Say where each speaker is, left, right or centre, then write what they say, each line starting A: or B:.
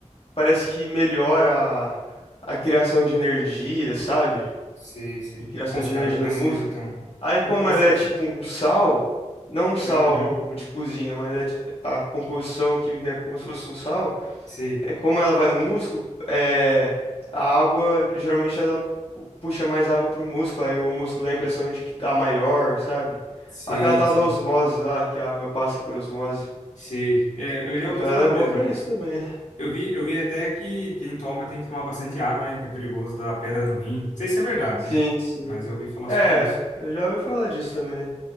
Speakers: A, on the left; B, on the left.
A: parece que melhora a, a criação de energia, sabe?
B: Sei, sei.
A: A criação
B: Nossa,
A: de
B: cara,
A: energia
B: eu preciso
A: no músculo.
B: então.
A: Aí,
B: Eu
A: como
B: preciso.
A: ela é tipo um sal, não um sal
B: Uhum.
A: de cozinha, mas é, ti- a composição química é como se fosse um sal
B: Sei,
A: é, como ela vai no músculo, é, a água, geralmente ela pu- puxa mais água pro músculo, aí o músculo dá a impressão de que tá maior, sabe?
B: sei,
A: Aquela tal
B: sei,
A: da osmose lá, que a água passa por osmose.
B: sei. É, eu já
A: Então
B: ouvi falar
A: ela é
B: mesmo.
A: boa pra isso também.
B: Eu vi, eu vi até que quem toma tem que tomar bastante água, né? Que é perigoso dar pedra no rim. Não sei se é verdade,
A: Sim,
B: né?
A: sim.
B: Mas eu ouvi falar
A: É,
B: sobre isso.
A: eu já ouvi falar disso também.